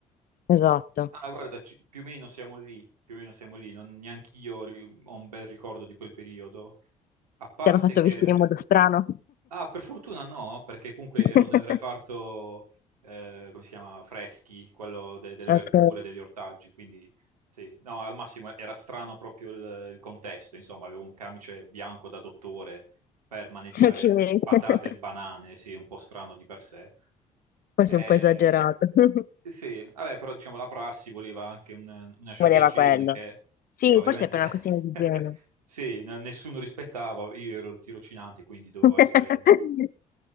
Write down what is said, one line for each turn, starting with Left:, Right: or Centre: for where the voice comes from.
Left: esatto.
Right: Ah, guarda, ci- più o meno siamo lì, più o meno siamo lì, non neanch'io ri- ho un bel ricordo di quel periodo, a parte
Left: Ti hanno fatto
Right: che
Left: vestire in modo strano?
Right: Ah, per fortuna no, perché comunque
Left: <laughs>
Right: ero nel reparto, eh, come si chiama, freschi, quello de- delle
Left: Ok,
Right: verdure, degli ortaggi, quindi sì, no, al massimo era strano proprio il, il contesto, insomma, avevo un camice bianco da dottore per maneggiare
Left: ok.
Right: patate
Left: <laughs>
Right: e banane, sì, un po' strano di per sé.
Left: Forse
Right: Eh,
Left: un po' esagerato. <laughs>
Right: sì, vabbè, però diciamo la prassi voleva anche un- una certa
Left: Voleva
Right: igiene
Left: quello.
Right: che
Left: Sì,
Right: ovviamente
Left: forse è per una
Right: <laughs>
Left: questione di igiene.
Right: Sì, n- nessuno rispettava, io ero il tirocinante, quindi
Left: <laughs>
Right: dovevo essere